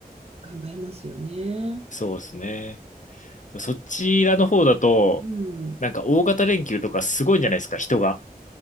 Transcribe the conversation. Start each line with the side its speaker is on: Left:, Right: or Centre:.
Right: 考えますよね。
Left: そうですね。そちらの方だと、
Right: うん。
Left: なんか大型連休とかすごいんじゃないですか、人が。